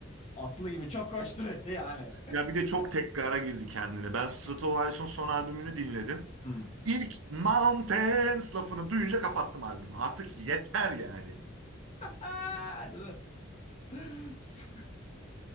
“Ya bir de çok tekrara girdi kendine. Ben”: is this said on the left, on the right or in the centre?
Right